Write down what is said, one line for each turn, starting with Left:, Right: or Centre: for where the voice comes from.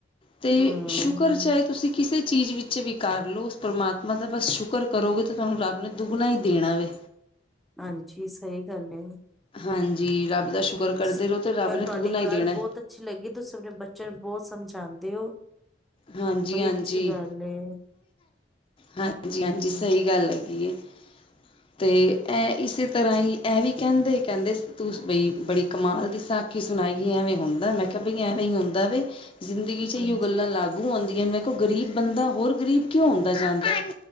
Left: ਤੇ
Centre: ਹੂੰ।
Left: ਸ਼ੁਕਰ ਚਾਹੇ ਤੁਸੀਂ ਕਿਸੇ ਚੀਜ਼ ਵਿੱਚ ਵੀ ਕਰ ਲਓ ਉਸ ਪਰਮਾਤਮਾ ਮਤਲਬ ਬਸ ਸ਼ੁਕਰ ਕਰੋਗੇ ਤੇ ਤੁਹਾਨੂੰ ਰੱਬ ਨੇ ਦੁੱਗਣਾ ਹੀ ਦੇਣਾ ਵੇ
Centre: ਹਾਂਜੀ ਸਹੀ ਗੱਲ ਏ
Left: ਹਾਂਜੀ ਰੱਬ ਦਾ ਸ਼ੁਕਰ ਕਰਦੇ
Centre: ਤੁਸੀ
Left: ਰਹੋ ਤੇ ਰੱਬ
Centre: ਪਰ
Left: ਨੇ
Centre: ਤੁਹਾਡੀ
Left: ਦੁੱਗਣਾ ਹੀ
Centre: ਗੱਲ
Left: ਦੇਣਾ
Centre: ਬਹੁਤ ਅੱਛੀ ਲੱਗੀ ਤੁਸੀਂ ਆਪਣੇ ਬੱਚਿਆਂ ਨੂੰ ਬਹੁਤ ਸਮਝਾਂਦੇ ਹੋ
Left: ਹਾਂਜੀ
Centre: ਬੜੀ
Left: -ਆਂਜੀ
Centre: ਅੱਛੀ ਗੱਲ ਏ,
Left: ਹਾਂਜੀ ਹਾਂਜੀ
Centre: ਹੂੰ,
Left: ਸਹੀ ਗੱਲ ਹੈਗੀ ਏ ਤੇ ਐ ਇਸੇ ਤਰ੍ਹਾਂ ਹੀ, ਐ ਵੀ ਕਹਿੰਦੇ, ਕਹਿੰਦੇ ਤੂੰ ਬਈ ਬੜੀ ਕਮਾਲ ਦੀ ਸਾਖੀ ਸੁਣਾਈਏ ਐਵੇਂ ਹੁੰਦਾ ਮੈਂ ਕਿਹਾ ਬਈ ਐਵੇਂ ਹੀ ਹੁੰਦਾ ਵ ਜ਼ਿੰਦਗੀ ਚ ੲਹੌ
Centre: ਹਾਂਜੀ।
Left: ਗੱਲਾਂ ਲਾਗੂ ਮਖੋ ਗ਼ਰੀਬ ਬੰਦਾ ਹੋਰ ਗ਼ਰੀਬ ਕਿਉਂ ਹੌਲ ਜਾਂਦਾ